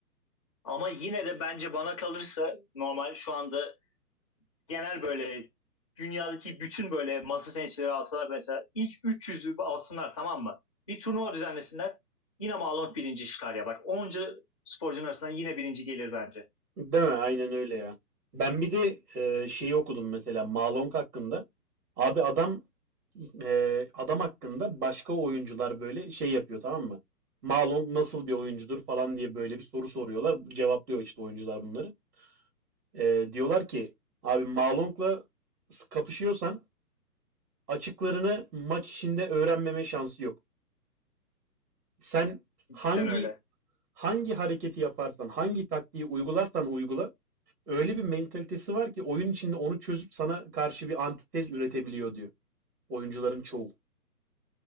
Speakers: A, on the left; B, on the right.
A: Ama yine de bence bana kalırsa normal şu anda genel böyle dünyadaki bütün böyle masa tenisçileri alsalar mesela ilk 300'ü alsınlar tamam mı? Bir turnuva düzenlesinler. Yine Malone birinci çıkar ya bak. Onca sporcunun arasından yine birinci gelir bence.
B: Değil mi? Aynen öyle ya. Ben bir de e, şeyi okudum mesela Malong hakkında. Abi adam e, adam hakkında başka oyuncular böyle şey yapıyor tamam mı? Malong nasıl bir oyuncudur falan diye böyle bir soru soruyorlar. Cevaplıyor işte oyuncular bunları. Ee, diyorlar ki abi Malong'la s- kapışıyorsan açıklarını maç içinde öğrenmeme şansı yok. Sen hangi
A: Cidden öyle.
B: hangi hareketi yaparsan, hangi taktiği uygularsan uygula, öyle bir mentalitesi var ki oyun içinde onu çözüp sana karşı bir antitez üretebiliyor diyor oyuncuların çoğu.